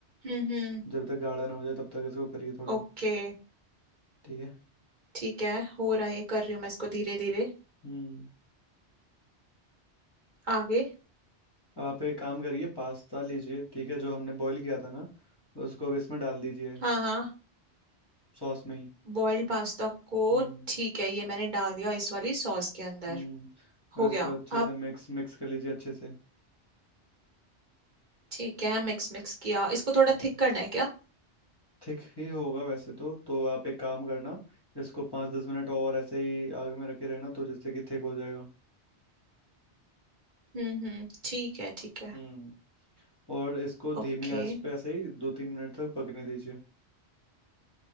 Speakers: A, on the right; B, on the left.
A: हम्म हम्म
B: जब तक गाढ़ा ना हो जाए तब तक इसको करिए थोड़ा
A: ओके
B: ठीक है
A: ठीक है हो रहा है कर रही हूँ मैं इसको धीरे धीरे
B: हम्म
A: आगे
B: अब आप एक काम करिए पास्ता लीजिए ठीक है जो हमने बॉईल किया था ना उसको अब इसमें डाल दीजिए
A: हाँ हाँ
B: सॉस में ही
A: बॉइल्ड पास्ता को
B: हम्म
A: ठीक है ये मैंने डाल दिया इस वाली सॉस के अंदर
B: हम्म अब
A: हो
B: इसको
A: गया
B: अच्छे से
A: अब
B: मिक्स मिक्स कर लीजिए अच्छे
A: ठीक है मिक्स मिक्स किया इसको थोड़ा
B: से
A: थिक करना है क्या
B: ठीक ही होगा वैसे तो तो आप एक काम करना इसको पाँच दस मिनट और ऐसे ही आग में रखे रहना तो जिससे कि थिक हो जाएगा
A: हम्म हम्म ठीक है ठीक है
B: हम्म और इसको धीमी
A: ओके
B: आंच पे ऐसे ही दो तीन मिनट तक पकने दीजिए